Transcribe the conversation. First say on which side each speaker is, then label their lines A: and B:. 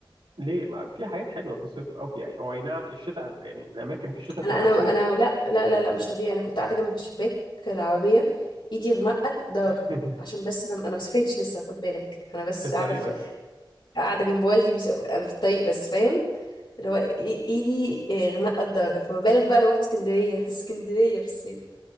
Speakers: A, on the right; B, on the left.
A: ليه ما في حاجات حلوة في الصيف او في او اي نعم الشتاء يعني الاماكن في الشتاء بتبقى
B: انا انا
A: احسن
B: انا لا لا لا لا مش طبيعي انا كنت قاعده جنب شباك العربيه ايدي غمقت درجه
A: <laughs>
B: عشان بس انا انا ما سافرتش لسه خد بالك انا بس
A: في الطريق
B: قاعده في
A: بس
B: قاعده جنب والدي بيس... انا في الطريق بس فاهم اللي هو إي- ايدي إيه، غمقت درجه فما بالك بقى لو رحت اسكندريه <laughs> اسكندريه في الصيف